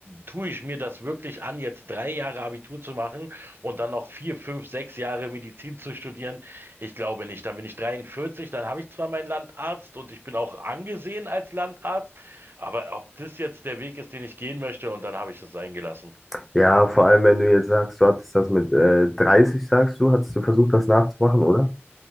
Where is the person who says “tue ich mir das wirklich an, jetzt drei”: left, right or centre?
Right